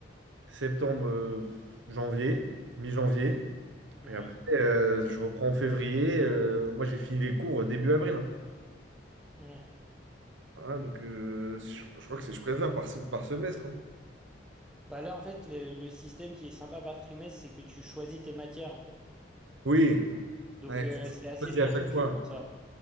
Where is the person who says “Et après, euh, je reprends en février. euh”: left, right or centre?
Right